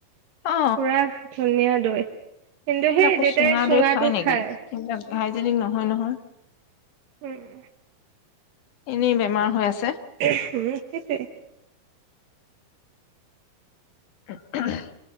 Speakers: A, on the left (about 65°); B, on the right (about 70°).
A: অ
B: পূৰা ধুনীয়া। দৈ। কিন্তু
A: এইবিলাকো
B: সেই দেউতাই
A: চুঙা
B: চুঙাটো
A: দৈ খাই নেকি
B: খায়।
A: এইবিলাক হাইজেনিক নহয় নহয়।
B: উম
A: এনেই বেমাৰ হৈ আছে।
B: উম সেইটোৱে।
A: <unintelligible>